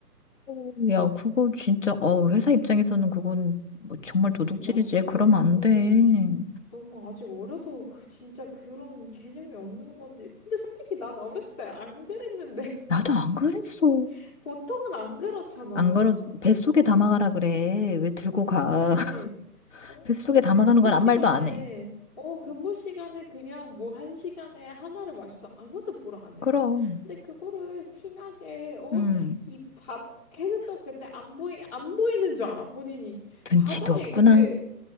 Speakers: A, on the left (about 50°); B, on the left (about 25°).
A: 어, 야, 그거 진짜, 어, 회사 입장에서는 그건 뭐 정말 도둑질이지.
B: 좀 난처해.
A: 그러면 안
B: 어.
A: 돼.
B: 너무 아직 어려서 그 진짜 그런 개념이 없는 건지. 근데 솔직히 난 어렸을 때 안 그랬는데.
A: 나도 안 그랬어.
B: <laughs> 보통은 안 그렇잖아.
A: 안 그러, 뱃속에 담아가라 그래. 왜 들고 가?
B: 그래.
A: <laughs>
B: 어?
A: 뱃속에 담아가는
B: 그냥 근무
A: 건
B: 시간에,
A: 아무 말도 안 해.
B: 어, 근무 시간에 그냥 뭐 한 시간에 하나를 마셔도 아무도 보러 안 해.
A: 그럼,
B: 근데 그거를 티나게, 어?
A: 음,
B: 이 바닥, 걔는 또 근데 안 보이, 안 보이는 줄 알아, 본인이.
A: 눈치도
B: 바닥에
A: 없구나.
B: 이렇게